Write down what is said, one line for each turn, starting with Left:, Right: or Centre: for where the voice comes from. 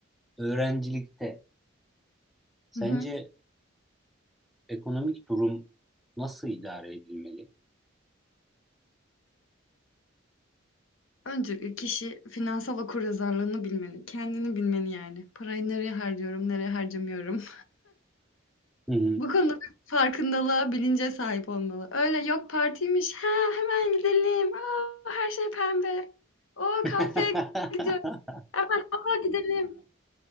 Centre: öğrencilikte sence
Left: Hı hı.
Centre: ekonomik durum nasıl idare edilmeli?
Left: Öncelikle kişi finansal okuryazarlığını bilmeli. Kendini bilmeli yani. Parayı nereye harcıyorum, nereye harcamıyorum.
Centre: Hı hı.
Left: Bu konuda bir farkındalığa, bilince sahip olmalı. Öyle "Yok, partiymiş. Ha, hemen gidelim. O, her şey pembe. O,
Centre: <laughs>
Left: kahveye gidiyoruz. Hemen, a, gidelim."